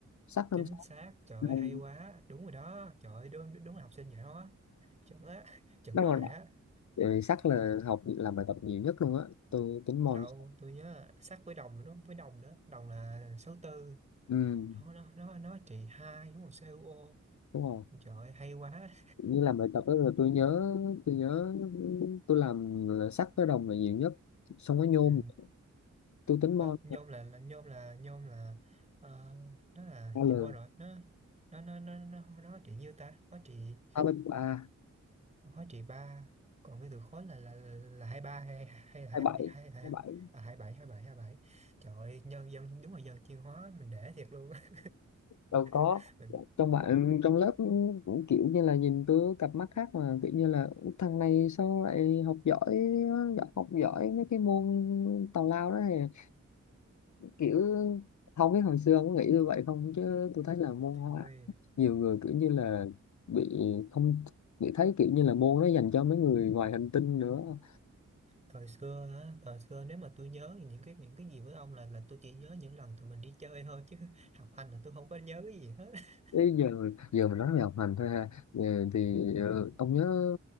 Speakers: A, on the left; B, on the right.
A: sắc năm
B: chính
A: sáu
B: xác trời
A: Ừm,
B: ơi, hay quá đúng rồi đó trời ơi, đúng, đúng là học sinh giỏi hóa chuẩn á <laughs> chuẩn
A: đang
B: bài
A: còn
B: á
A: ừ, sắc là học làm bài tập nhiều nhất luôn á tôi tính môn
B: đâu tôi nhớ sách với đồng nữa với đồng nữa đồng là số tư
A: Ừm,
B: nó nó nó nó trị hai đúng không CuO
A: đúng rồi
B: trời ơi, hay quá
A: như làm bài tập đó là tôi nhớ tôi nhớ tôi làm là sắt với đồng là nhiều nhất xong cái nhôm
B: ừ.
A: tôi tính
B: Ờ,
A: mol
B: nhôm là, là nhôm là nhôm là ờ, nó là
A: A L
B: tôi quên rồi nó nó nó nó nó nó trị nhiêu ta nó trị
A: ba bên của A
B: hóa trị ba còn cái từ khối là là là hai ba hay hay là hai
A: hai bảy
B: bảy hai hai
A: hai bảy
B: à hai bảy hai bảy hai bảy trời ơi, nhân dân đúng là dân chuyên hóa mình để thiệt luôn á.
A: đâu có
B: <laughs> mình
A: trong bạn trong lớp cũng kiểu như là nhìn tôi cặp mắt khác mà kiểu như là thằng này sao lại học giỏi giỏi- học giỏi mấy cái môn tào lao đó này kiểu không biết hồi xưa ông có nghĩ như vậy không chứ tôi thấy là môn
B: thôi
A: hóa nhiều người kiểu như là bị không bị thấy kiểu như là môn nó dành cho mấy người ngoài hành tinh nữa
B: thời xưa á thời xưa nếu mà tôi nhớ những cái những cái gì với ông là là tôi chỉ nhớ những lần tụi mình đi chơi thôi chứ <laughs> học hành là tôi không có nhớ cái gì hết <laughs>
A: Bây giờ giờ mình nói về học hành thôi ha Ờ, thì ờ, ông nhớ